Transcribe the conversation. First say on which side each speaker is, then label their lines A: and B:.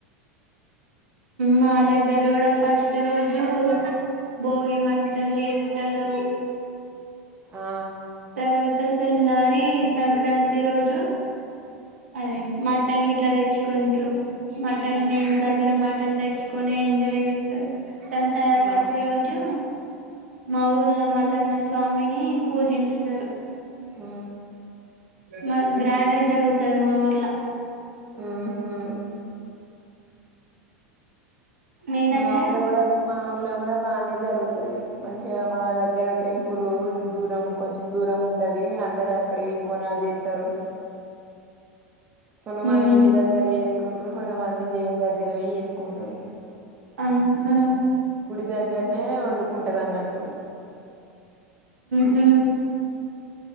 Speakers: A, on the right; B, on the right.
A: మా దగ్గర కూడా ఫస్ట్ రోజు బోగి మంటలి ఎత్తారు
B: ఆ
A: తర్వాత తెల్లారి సంక్రాంతి రోజు అదే మటన్ ఇట్లా తెచ్చుకుంట్రు మటన్ ఇంటి దగ్గర మటన్ తెచ్చుకొని ఎంజాయ్ చేస్తారు దని తర్వాతి
B: ఆ
A: రోజు మా ఊర్లో మళ న స్వామిని పూజిస్తారు
B: ఆ
A: మా గ్రాండ్ అ జరుగుతుది మా ఊర్లా
B: ఆహా
A: మీ దగ్గర
B: మా ఊర్లో కూడా మా ఊర్లో కూడా బాగానే జరుగుతుది మంచిగా మా దగ్గర టెంపు లు దూరం కొంచెం దూరం ఉంటది అందరు అక్కడవి బోనాలు చేస్తారు కొంతమంది
A: ఉమ్
B: ఇంటి దగ్గర వేసుకుంటారు కొంతమంది దేని దగ్గర వేసుకుంటారు
A: ఆహా
B: దగ్గరనే వండుకుంటది అన్నట్టు
A: హ